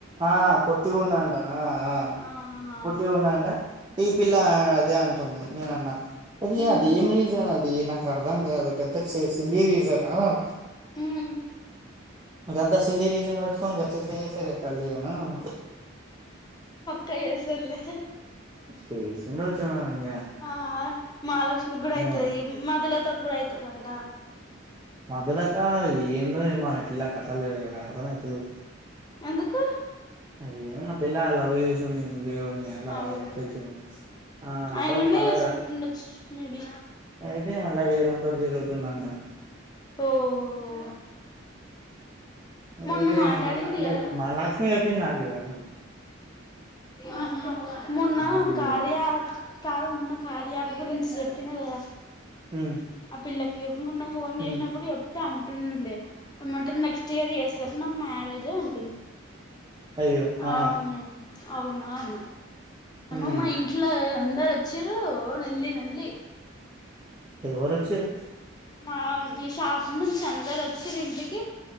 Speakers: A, on the right; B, on the left.
A: ఆ పొటి ఉన్నాంట ఆ ఆ
B: ఆహా
A: పొట్టి ఉన్నాంట ఈ పిల్ల అదే అంటుంది నేన్ అన్నా అదే
B: ఉమ్
A: అది ఏం రీసన్ అది ది నాక్ అర్థం గాదు గంత చేసి సిల్లీ రీసన్ అన్న
B: మ్మ్
A: అంటే అంత సిల్లీ రీసన్ వేట్టుకోని గట్లెట్ల ఎస్తారే తల్లి అనాన్న
B: పెయి అస్సల్ లే
A: చేసుండొచ్చు ఇగ
B: అ ఆ మాలక్ష్మి
A: పిల్ల
B: గూడా అయితది మధుల లతాగ్ గుడా అయితదంటా
A: మధ్యలత ఏందో ఏమోరా ఈ పిల్ల కథలు అర్థమయితలేవు
B: ఎందుకు
A: అయేమో పిల్లా లవ్ యేషుంది వేరొన్ని అలా
B: అవును
A: తెల్సింది ఆ
B: ఆయననే
A: బట్ మళ్ళా
B: చేసుకుంటుండొచ్చు మేబి
A: అయితే మళ్ళా వేరొంతోనీ తీరు తుందంట
B: ఓహో మొన్న
A: ఐతే
B: మాట్లాడింది
A: నేన్ అన్న నే
B: కదా
A: మలక్ష్మి ఎప్పింది నాగివాన్ని
B: ఆహా మొన్న
A: నాకు ఇది
B: కార్య అప్ కాదు మొన్న కార్య అప్ గురించి జేప్పినా గదా
A: మ్మ్
B: ఆ పిల్లకి మొన్న ఫోన్ జేసినపుడు
A: మ్మ్
B: ఎప్తే ఆన్ టునుండే ఏమంటారు నెక్స్ట్ ఇయర్ ఏస్తారు నాకు మ్యారేజే అంటుంది
A: అయ్యో ఆ
B: అవును అవునా అన్నా అమ్మ
A: మ్మ్
B: మా ఇట్లో అందరొచ్చిరు ఓ నోల్లి నోళ్లి
A: ఎవరు వోచిరు
B: మా మీ షాప్ నుంచి అందరు ఒచ్చిరీంటికి